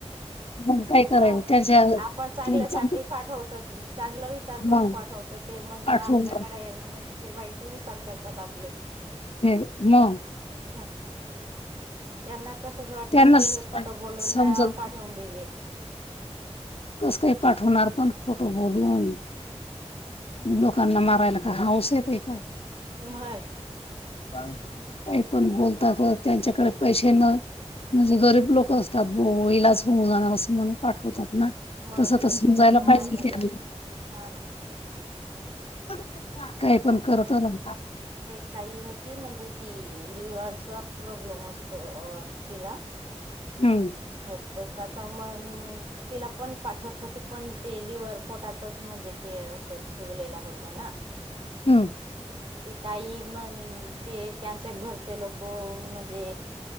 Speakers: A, on the left; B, on the right.
A: मग काय
B: होय,
A: करायचं त्यांच्या
B: आपण चांगल्यासाठी
A: त्यांच्या
B: पाठवतो. चांगलं विचार करून
A: मग
B: पाठवतो. ते मग
A: पाठवून
B: आपल्याकडे ते वाईट विचार करतात आपले.
A: ह म.
B: ह, त्यांना तसच वाटत
A: त्यांना
B: की
A: स-
B: हे खोट बोलून
A: समजत
B: पाठवून दिले.
A: कस काय पाठवणार पण, खोट बोलून. लोकांना मारायला का हाऊस येतय का?
B: मग.
A: काही पण बोलता. त्यांच्याकडे पैसे न. म्हणजे गरीब लोक असतात बो. ईलाज होऊन जाणार असं म्हणून पाठवतात ना.
B: मग
A: तसं
B: गरीब
A: तर समजायला
B: लोक
A: पाहिजे
B: वाढीये.
A: त्यांनी
B: हा ना?
A: <unintelligible> पण
B: आणि
A: करत राहतात
B: एकताई होती. म्हणजे ती लिवर्स प्रॉब्लेम असतो तीला.
A: हम्म.
B: होत त मग तिला पण पाठवत होती. पण ते लिवर पोटातच म्हणजे, ते अस सुजलेला होत ना.
A: हम्म.
B: ती ताई मग, ते त्यांचे घरचे लोक म्हणजे